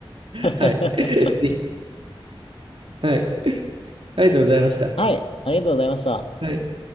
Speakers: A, on the left (about 85°); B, on the right (about 65°).
A: <laughs>
B: はい。<laughs> ぜひ。はい。ありがとうございました。
A: はい。ありがとうございました。
B: はい。